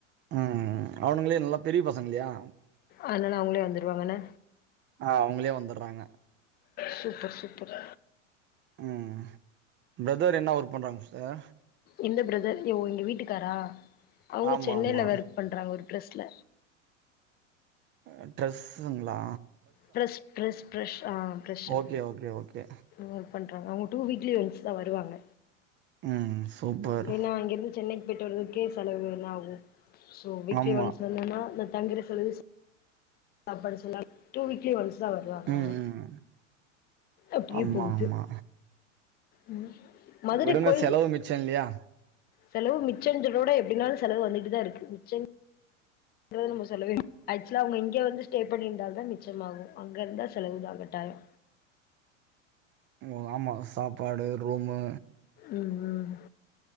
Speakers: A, on the right (about 30°); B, on the left (about 25°).
A: ம் அவனுங்களே நல்லா பெரிய பசங்க இல்லயா
B: அதனால அவுங்களே வந்துடுவாங்கன்ன
A: ஆ அவங்களே வந்துட்றாங்க
B: சூப்பர் சூப்பர்
A: ம் பிரதர் என்ன ஒர்க் பண்றாங்க சிஸ்டர்
B: எந்த பிரதர் ய எங்க வீட்டுக்காரா அவுங்க
A: ஆமா
B: சென்னைல
A: ஆமா
B: ஒர்க் பண்றாங்க ஒரு ப்ரஸ்ல
A: அ ட்ரெஸ்ஸுங்ளா
B: பிரெஷ் பிரெஷ் பிரெஷ் ஆ பிரெஷ்ஷு
A: ஓகே ஓகே ஓகே
B: அவ்ங்க ஒர்க் பண்றாங்க அவ்ங்க டூ வீக்லீ ஒன்ஸ் தா வருவாங்க
A: ம் சூப்பர்
B: ஏனா அங்கிருந்து சென்னைக்கு போய்ட்டு வர்ரது இங்கே செலவு என்ன ஆவு சோ வீக்லி
A: ஆமா
B: ஒன்ஸ் வந்தனா இந்த தங்குற செலவு சாப்பாடு சொல்லா டூ வீ்க்லி ஒன்ஸ் தா வருவாங்க
A: ம்
B: அவங்க
A: ம்
B: அப்டியே
A: ஆமா
B: போது
A: ஆமா
B: ம் மதுர
A: விடுங்க
B: கோயில்
A: செலவு மிச்சோ இல்லையா
B: செலவு மிச்செஞ்சலோட எப்டினாலு செலவு வந்துட்டு தா இருக்கு மிச்சங் குறது நம்ம சொல்லவே ஆக்சுவலா அவங்க இங்கே வந்து ஸ்டே பண்ணிருந்தால் தா மிச்சமாகு அங்க இருந்தா செலவு தா கட்டாயோ
A: ம் ஆமா சாப்பாடு ரூமு
B: ம் ம்